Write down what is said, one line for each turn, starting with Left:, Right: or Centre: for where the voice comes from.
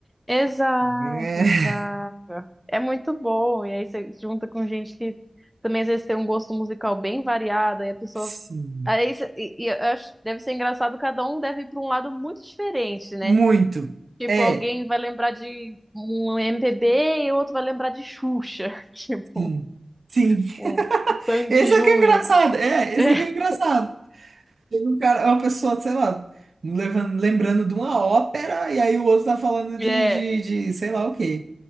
Centre: Exato,
Right: É, <laughs>
Centre: exato. É muito bom. E aí você junta com gente que também às vezes tem um gosto musical bem variado, aí a pessoa
Right: sim,
Centre: Aí, cê- e, e eu acho, deve ser engraçado, cada um deve ir para um lado muito diferente, né?
Right: muito.
Centre: Tipo,
Right: É,
Centre: alguém vai lembrar de um MPB e o outro vai lembrar de Xuxa. <laughs> Tipo,
Right: sim, sim.
Centre: um Sandy
Right: Esse
Centre: Júnior.
Right: aqui é engraçado, é, esse
Centre: <laughs>
Right: aqui é engraçado. Tem um cara, é uma pessoa, sei lá, levando, lembrando de uma ópera e aí o outro tá falando
Centre: É,
Right: de, de,
Centre: é,
Right: de sei lá o quê.